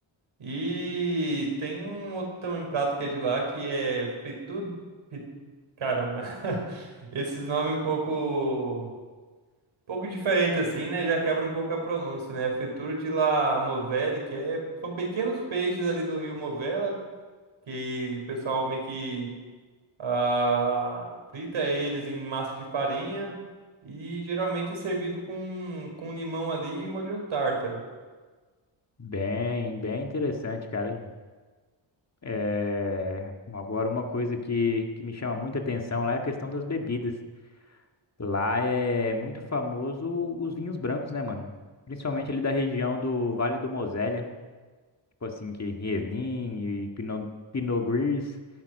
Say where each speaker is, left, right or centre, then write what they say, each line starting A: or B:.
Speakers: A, on the right; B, on the left.
A: E tem um outro também prato que é de lá, que é fritu... fri- Caramba, <laughs> esses nomes um pouco, um pouco diferente assim, né? Já quebra um pouco a pronúncia, né? Fritura de la Movele, que é... são pequenos peixes ali do rio Movela, que o pessoal meio que ah, frita eles em massa de farinha e geralmente é servido com, com limão ali e molho tártaro.
B: Bem, bem interessante, cara. É, agora, uma coisa que, que me chama muita atenção lá é a questão das bebidas. Lá é muito famoso os vinhos brancos, né, mano? Principalmente ali da região do Vale do Mosela. tipo assim, que Riesling e Pinot, Pinot Gris.